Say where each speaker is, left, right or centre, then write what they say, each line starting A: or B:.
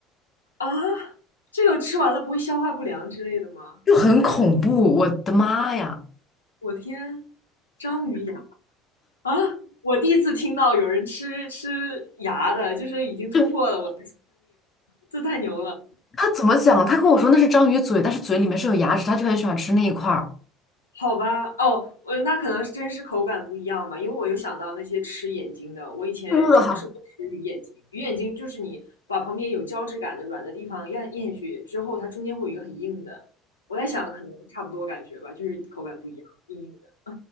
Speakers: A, on the left; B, on the left.
A: 啊？这个吃完了不会消化不良之类的吗？
B: 就很恐怖，我的妈呀！
A: 我天，章鱼牙啊！我第一次听到有人吃吃牙的，就是已经突破了我，
B: 就
A: 这太牛了。
B: 他怎么讲？他跟我说那是章鱼嘴，但是嘴里面是有牙齿，他就很喜欢吃那一块儿。
A: 好吧，哦，我那可能真是口感不一样吧，因为我又想到那些吃眼睛的，我以前尝试过吃鱼眼睛，
B: 呃
A: 鱼眼睛就是你把旁边有胶质感的软的地方咽咽下去之后，它中间会有一个很硬的，我在想可能差不多感觉吧，就是口感不一样，硬硬的